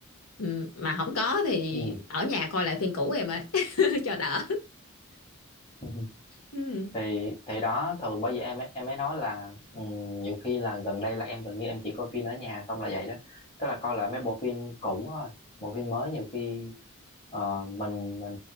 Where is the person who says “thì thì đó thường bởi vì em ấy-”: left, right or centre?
Left